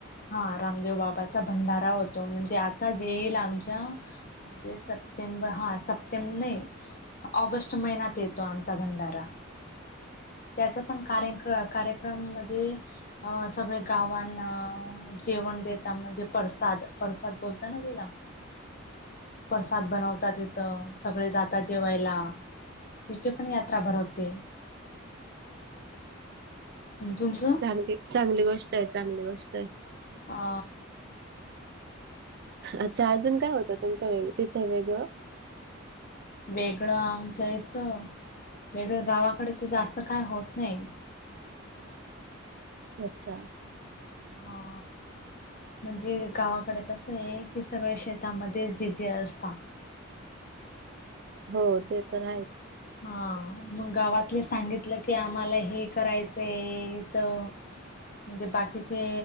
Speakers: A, on the left (about 45°); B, on the right (about 55°).
A: हा रामदेव बाबाचा भंडारा होतो म्हणजे आता ज येईल आमच्या म्हणजे सप्टेंबर हा सप्टेंबर नही ऑगस्ट महिन्यात येतो आमचा भंडारा त्याचा पण कार्य कार्यक्रम म्हणजे अ सगळे गावांना जेवण देता म्हणजे प्रसाद प्रसाद बोलता ना तिला प्रसाद बनवतात तिथं सगळे जातात जेवायला तिची पण यात्रा भरवते
B: <unintelligible>
A: तुमचं
B: चांग चांगली गोष्ट आहे चांगली गोष्ट आहे
A: हा
B: अच्छा अजून काय होतं तुमच्या वैयक्तिक तिथं वेगळं
A: वेगळं आमचं येत वेगळं गावाकडे तर जास्त काय होत नाही
B: अच्छा
A: हा म्हणजे गावाकडे कसं आहे की सगळे शेतामध्येच बिजी असतात
B: हो ते तर आहेच
A: हा मग गावातले सांगितलं की आम्हाला हे करायचंय तो म्हणजे बाकीचे